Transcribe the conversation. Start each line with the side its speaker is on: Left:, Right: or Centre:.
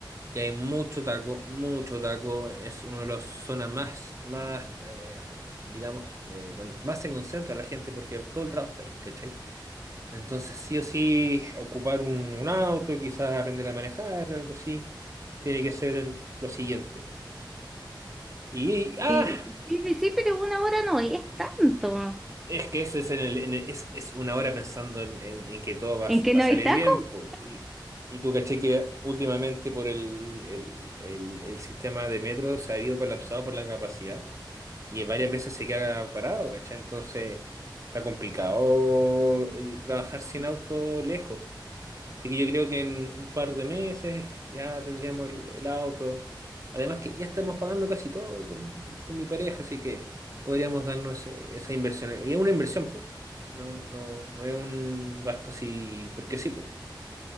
Right: y hay mucho taco, mucho taco. Es una de las zonas más, más eh, digamos, eh, donde más se concentra la gente, porque todo el trabajo está ahí, ¿cachai? Entonces, sí o sí, ocupar un, un auto, quizás aprender a manejar, algo así, tiene que ser lo siguiente. Y, ah,
Centre: Sí, sí, sí, pero una hora no es tanto.
Right: es que eso es, en el, en el- es, es una hora pensando en, en- en que todo va,
Centre: ¿En
Right: a
Centre: qué
Right: va
Centre: no
Right: a salir
Centre: hay tacos?
Right: bien. po. Y, y tú caché que últimamente por el, el, el- el sistema de metro se ha ido colapsado por la capacidad y varias veces se queda parado, ¿cachai? Entonces está complicado eh, trabajar sin auto lejos. Así que yo creo que en un par de meses ya tendríamos el, el auto. Además que ya estamos pagando casi todo con, con mi pareja, así que podríamos darnos ese- esa inversión. Y es una inversión, pues. No, no, no, no es un gasto así, porque sí, pues.